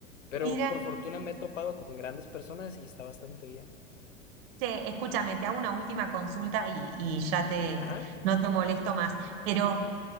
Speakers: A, on the left (about 85°); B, on the right (about 50°).
A: Pero
B: Mira.
A: por fortuna me he topado con grandes personas y está bastante bien.
B: Che, escúchame, te hago una última consulta y, y ya te,
A: Ajá.
B: no te molesto más, pero